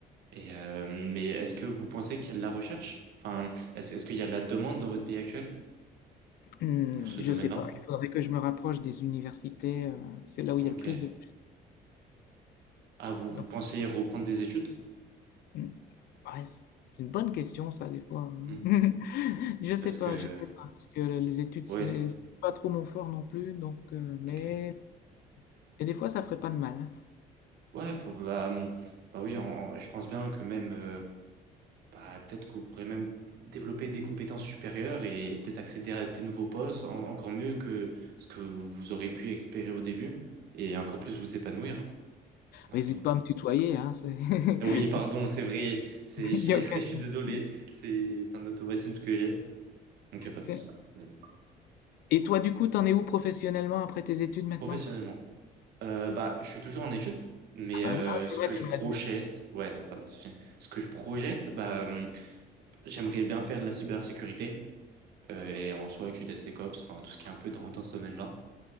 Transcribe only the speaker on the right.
Et euh, mais est-ce que vous pensez qu'il y a de la recherche? Enfin, est-ce, est-ce qu'il y a de la demande dans votre pays actuel
pour ce domaine-là?
Ok.
Ah, vous, vous
pensez reprendre des études?
Hmm.
Parce
que...
Ouais,
c'est-
ok.
Ouais, faut- bah, hum, bah oui, en- en- je pense bien que même... euh, bah, peut-être que vous pourrez même développer des compétences supérieures et peut-être accéder à des nouveaux postes, en- encore mieux que ce que vous aurez pu espérer au début, et encore plus vous épanouir. hein. Après,
Oui, pardon,
c'est vrai. C'est, j'ai-
<laughs> je suis
désolé. C'est c'est un automatisme que j'ai. Donc, pas de
souci. Désolé.
Professionnellement, euh, bah, je suis toujours en études, mais
euh,
ce
que
je
projette,
ouais, ça, ça, pas de souci. Ce que je projette, bah, hum, j'aimerais bien faire de la cybersécurité euh, et en soi du DevSecOps, enfin tout ce qui est un peu dans, dans ce domaine-là.